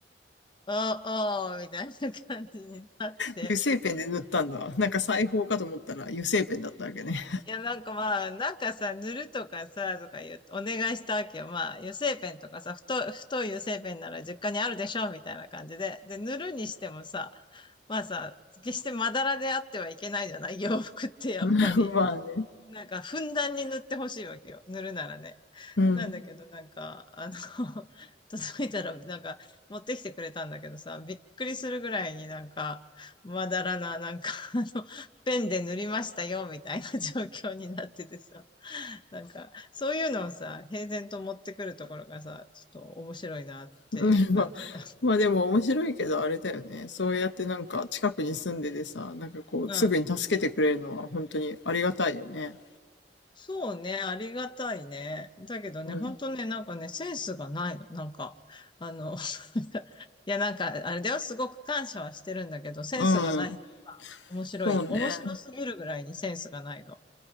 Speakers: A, on the left; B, on the left.
A: ああー、みたいな感じになって。
B: 油性ペンで塗ったんだ。なんか裁縫かと思ったら油性ペンだったわけね。
A: いや、なんかまあ、なんかさ、塗るとかさ、とか言う、お願いしたわけよ。まあ、油性ペンとかさ、太、太い油性ペンなら実家にあるでしょ、みたいな感じで。で、塗るにしてもさ、まあさ、決してまだらであってはいけないじゃない洋服ってやっぱり。
B: <laughs> まあね。
A: なんか、ふんだんに塗ってほしいわけよ。塗るならね。
B: うん。
A: なんだけど、なんか、あの <laughs> 届いたら、なんか、持ってきてくれたんだけどさ、びっくりするぐらいになんか、まだらな、なんか、あの、ペンで塗りましたよ、みたいな状況になっててさ、なんか、そういうのをさ、平然と持ってくるところがさ、ちょっと面白いなっていう感じだ。
B: うん。まあ、まあでも面白いけどあれだよね。そうやってなんか近くに住んでてさ、なんかこうすぐに助けてくれるのは本当にありがたいよね。
A: うん。そうね、ありがたいね。だけどね、
B: うん。
A: 本当ね、なんかね、センスがないの。なんか、あの、<laughs> いや、なんか、あれではすごく感謝はしてるんだけど、センスがないのが面白い。
B: うん。そうね。
A: 面白すぎるぐらいにセンスがないの。